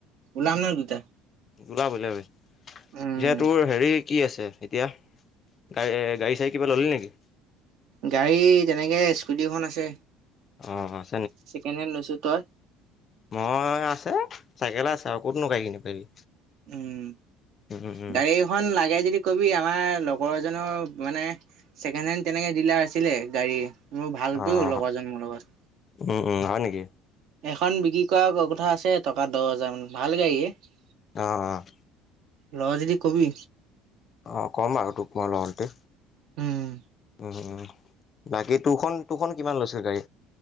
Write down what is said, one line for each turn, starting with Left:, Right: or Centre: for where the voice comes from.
Right: ওলাম ন দুটা।
Left: ওলাবি ওলাবি।
Right: উম
Left: পিছে তোৰ হেৰি কি আছে এতিয়া গাড়ী এ গাড়ী চাড়ী কিবা ললি নেকি?
Right: গাড়ী তেনেকে স্কুটিখন আছে।
Left: অ' অ'।
Right: ছেকেণ্ড হেণ্ড লৈছো। তই?
Left: মই আছে, চাইকেলে আছে আৰু ক'তনো গাড়ী কিনিব‌ পাৰিবি।
Right: উম,
Left: উম উম
Right: গাড়ী এখন লাগে যদি কবি। আমাৰ লগৰ এজ জনৰ মানে ছেকেণ্ড হেণ্ড তেনেকে ডিলাৰ আছিলে গাড়ীৰ। মোৰ ভালতো
Left: অঁ
Right: লগৰজন মোৰ লগত।
Left: উম উম, হয় নেকি?
Right: এখন বিক্ৰী কৰা কথা আছে টকা দহ হাজাৰ মান ভাল গাড়ীয়ে।
Left: অ', অ'।
Right: ল যদি কবি?
Left: অ' কম বাৰু তোক মই লও যদি।
Right: উম
Left: উম উম। বাকী তোৰখন, তোৰখন কিমান লৈছিল গাড়ী?